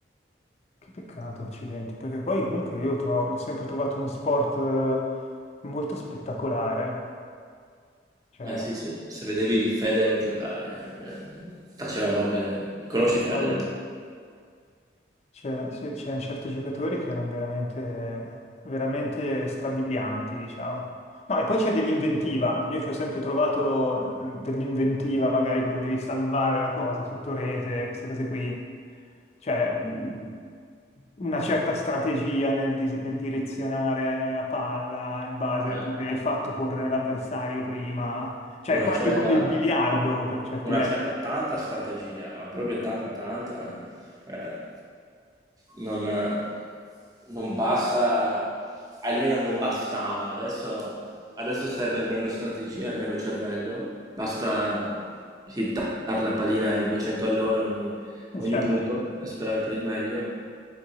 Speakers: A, on the left; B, on the right.
A: Che peccato, accidenti, perché poi comunque io tro- l'ho sempre trovato uno sport eh, molto spettacolare. Cioè,
B: Ma sì, se, se vedevi Federer giocare, eh, faceva robe, conosci
A: eh,
B: Federer,
A: cavolo,
B: no?
A: C'è- sì, c'erano certi giocatori che erano veramente, veramente strabilianti, diciamo. No, e poi c'è dell'inventiva. Io ci ho sempre trovato eh, dell'inventiva, magari quando devi salvare la cosa sotto rete, queste cose qui. Cioè, mh, una certa strategia nel, dis- nel direzionare la palla in base
B: Eh,
A: a dove hai fatto correre l'avversario prima. Cioè,
B: una
A: è quasi
B: certa...
A: come il biliardo per certi
B: Una
A: versi.
B: certa tanta strategia, ma proprio tanta tanta, eh, non non basta almeno non bastava. Adesso adesso serve meno strategia e meno cervello, basta hittare la pallina ai 200 all'ora ogni
A: Sì,
B: ogni
A: certo.
B: punto e sperare per il meglio.